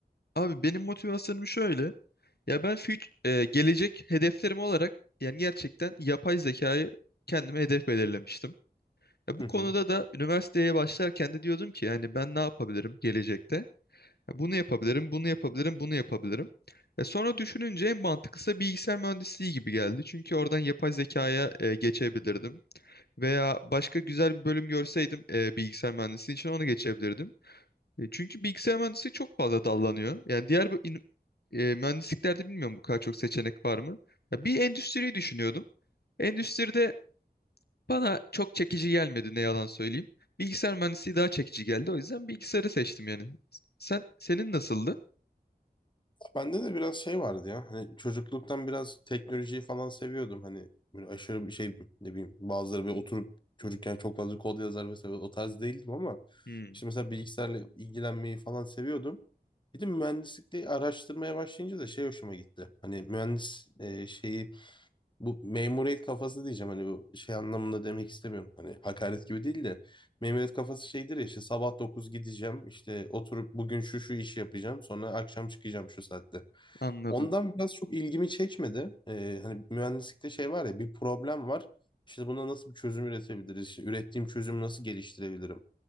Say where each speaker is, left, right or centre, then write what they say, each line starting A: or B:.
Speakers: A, on the left (about 75°); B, on the left (about 30°).
A: Abi benim motivasyonum şöyle. Ya ben fut- e, gelecek hedeflerim olarak yani gerçekten yapay zekayı kendime hedef belirlemiştim. Ya bu
B: Hı hı.
A: konuda da üniversiteye başlarken de diyordum ki yani ben ne yapabilirim gelecekte? Ya Bunu yapabilirim, bunu yapabilirim, bunu yapabilirim. E sonra düşününce en mantıklısı bilgisayar mühendisliği gibi geldi. Çünkü oradan yapay zekaya e, geçebilirdim. Veya başka güzel bir bölüm görseydim e, bilgisayar mühendisliği için ona geçebilirdim. E, çünkü bilgisayar mühendisliği çok fazla dallanıyor. Yani diğer bu in- e, mühendisliklerde bilmiyorum bu kadar çok seçenek var mı? Ya bir endüstriyi düşünüyordum. Endüstride bana çok çekici gelmedi ne yalan söyleyeyim. Bilgisayar mühendisliği daha çekici geldi. O yüzden bilgisayarı seçtim yani. Sen senin nasıldı?
B: Bende de biraz şey vardı ya. Hani çocukluktan biraz teknolojiyi falan seviyordum. Hani böyle aşırı bir şey ne bileyim bazıları böyle oturup çocukken çok fazla kod yazar vesaire o tarz değildim ama
A: Hmm,
B: işte mesela bilgisayarla ilgilenmeyi falan seviyordum. Bir de mühendislikte araştırmaya başlayınca da şey hoşuma gitti. Hani mühendis e, şeyi bu memuriyet kafası diyeceğim hani bu şey anlamında demek istemiyorum. Hani hakaret gibi değil de memuriyet kafası şeydir ya işte sabah 9 gideceğim işte oturup bugün şu şu işi yapacağım sonra akşam çıkacağım şu saatte.
A: anladım.
B: Ondan biraz çok ilgimi çekmedi. Ee, hani mühendislikte şey var ya bir problem var. İşte buna nasıl bir çözüm üretebiliriz? İşte ürettiğim çözümü nasıl geliştirebilirim?